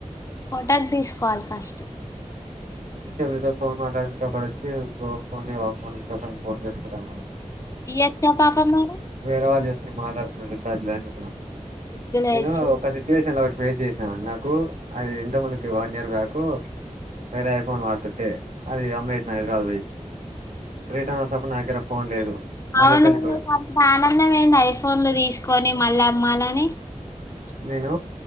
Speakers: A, on the left (about 25°); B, on the right (about 90°).
A: కోటేగ్ తీసుకోవాలి ఫస్ట్
B: సేపు మీతో ఫోన్ మాట్లాడితే ఓక్కడొచ్చి ఫోన్ ఫోన్జేయవా ఫోన్ స్విచ్ఆఫ్ అయ్యింది ఫోన్ చేసుకుంటా అన్నడు.
A: ఇయొచ్చుగా పాపం మారే
B: వేరే వాళ్ళు చేసుకొని మాట్లాడుతున్నారు రీఛార్జ్ లేదని అని చెప్పిన
A: సిగ్గు లేదు
B: నేను
A: ఛీ
B: ఒకది సిచువేషన్లా ఒకటి పేస్ చేసినా నాకు అది ఇంత ముందుకి వన్ ఇయర్ బ్యాకు వేరే ఐఫోన్ వాడుతుంటే అది అమ్మేసిన హైదరాబాద్ పోయి రిటర్న్ వసటేప్పుడు నా దగ్గర ఫోన్ లేదు మళ్ళీ
A: అవును
B: పెళ్ళిపోయి
A: మీకు అంత ఆనందం ఏంది ఐఫోన్లు తీసుకొని మళ్ళ అమ్మాలని
B: నేను